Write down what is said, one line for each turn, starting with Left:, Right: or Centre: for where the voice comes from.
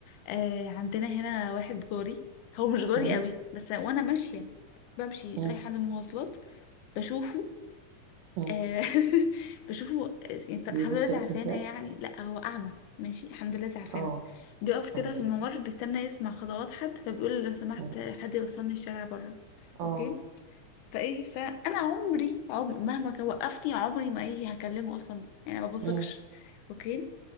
Left: آه عندنا هنا واحد جاري هو مش جاري
Right: مم.
Left: قوي بس وانا ماشيه بمشي
Right: مم.
Left: رايحه للمواصلات بشوفه
Right: مم.
Left: آه <laughs> بشوفه آه، يعني الحمد
Right: بيبص
Left: لله زعفانه
Right: لك ازاي
Left: يعني لا هو اعمى ماشي الحمد لله زعفانه
Right: اه
Left: بيقف
Right: الحمد
Left: كده في
Right: لله
Left: الممر بيستنى يسمع خطوات حد فبيقول لو سمحت
Right: مم.
Left: حد يوصلني الشارع بره
Right: اه
Left: اوكي فايه فانا عمري عمر مهما كان وقفني عمري ما ايه هكلمه اصلا يعني ما بثقش
Right: مم.
Left: اوكي